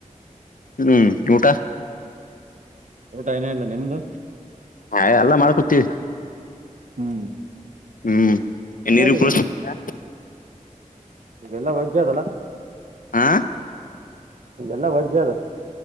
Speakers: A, on the left; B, on the right.
A: ಹ್ಮ್ ಊಟ
B: ಊಟ ಏನ ಇಲ್ಲ ನಿಮ್ದು
A: ಹಾ ಎಲ್ಲ ಮಾಡ್ಕೊತವಿ
B: ಹ್ಮ್
A: ಹ್ಮ್ ನೀರು
B: ಅದೇ
A: ಕೂರ್ಸಲ್ಲ
B: ಇವೆಲ್ಲಾ ವಜ್ಜ ಅದಲ್ಲ
A: ಹಾ
B: ಎಲ್ಲ ವಜ್ಜ ಅದು